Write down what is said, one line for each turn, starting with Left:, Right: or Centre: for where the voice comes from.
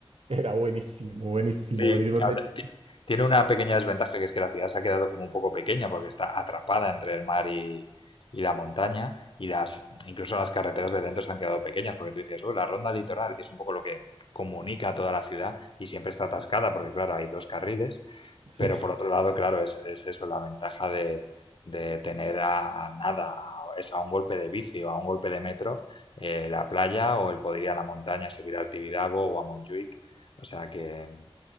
Right: era buenísimo, buenísimo,
Left: Sí,
Right: buenísimo.
Left: Claro,
Right: Ve-
Left: ti- Tiene una pequeña desventaja que es que la ciudad se ha quedado como un poco pequeña porque está atrapada entre el mar y, y la montaña y las incluso las carreteras de dentro se han quedado pequeñas porque tú dices, "Uy, la ronda litoral, que es un poco lo que comunica a toda la ciudad y siempre está atascada porque claro, hay dos carriles
Right: Sí.
Left: Pero por otro lado, claro, es, es eso, la ventaja de, de tener a nada, a, eso, a un golpe de bici o a un golpe de metro, eh, la playa o el poder ir a la montaña, subir al Tibidabo o a Montjuic. O sea que